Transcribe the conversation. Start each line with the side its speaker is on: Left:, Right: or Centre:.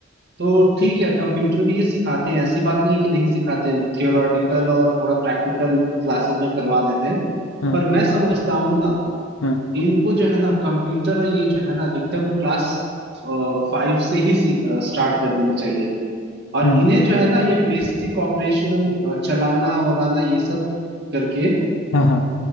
Right: तो ठीक है कंप्यूटर भी ये सिखाते हैं ऐसी बात नहीं है कि नहीं सिखाते हैं थियोरेटिकल और थोड़ा प्रैक्टिकल क्लासेस में करवा देते हैं
Left: हम्म,
Right: पर मैं समझता हूँ ना
Left: हाँ हाँ
Right: इनको जो है ना कंप्यूटर और ये जो है ना एकदम क्लास फाइव से ही स्टार्ट कर देनी चाहिए और
Left: हम्म
Right: इन्हें जो है ना ये बेसिक ऑपरेशन चलाना वलाना ये सब करके
Left: हाँ हाँ